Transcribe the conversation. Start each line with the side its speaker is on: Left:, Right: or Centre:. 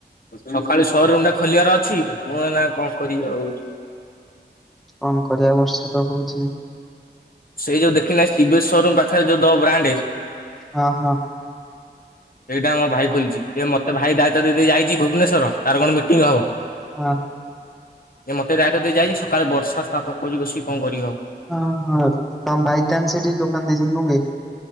Left: ସକାଳେ ସୋରୁମ ଟା ଖୋଲିବାର ଅଛି, ମୁଁ ନା କଣ କରିବି ଆଉ।
Centre: କଣ କରିବା ବର୍ଷା ତ ହଉଛି
Left: ସେ ଯୋଉ ଦେଖିନାହିଁ ଶିବେ ଶୋରୁମ୍ ପାଖରେ ଯଉଁ ଦ ବ୍ରାଣ୍ଡ <unintelligible>
Centre: ହଁ ହଁ
Left: ସେଇଟା ମୋ ଭାଇ ଖୋଲିଛି ସେଏ ମୋତେ ଭାଇ ଦାୟିତ୍ୱ ଦେଇଦ ଯାଇଛି ଭୁବନେଶ୍ୱଵର ତାର କଣ ମିଟିଂ ହବ।
Centre: ହଁ
Left: ଏ ମୋତେ ଦାୟିତ୍ୱ ଦେଇ ଯାଇଛି ସକାଳେ ବର୍ଷା ସା ପକ ବଷିକି କଣ କରିବି ଆଉ
Centre: ହଁ ହଁ ତ ଭାଇ ତା ସେ ଦୋକାନ ଦେଇଛନ୍ତି